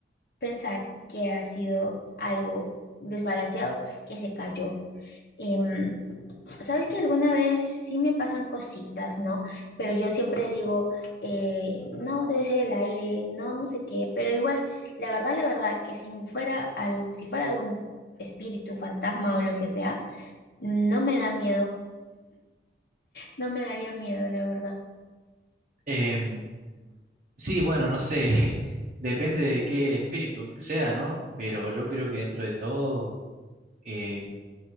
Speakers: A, on the left; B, on the right.
A: pensar que ha sido algo desbalanceado que se cayó em, sabes que alguna vez sí me pasan cositas, ¿no? Pero yo siempre digo, eh, no, debe ser el aire, no, no sé qué, pero igual, la verdad, la verdad, que si fuera, al, si fuera algún espíritu, fantasma o lo que sea, no me da miedo, no me daría miedo, la verdad.
B: Em, sí, bueno, no sé, <laughs> depende de qué espíritu sea, ¿no? Pero yo creo que dentro de todo eh,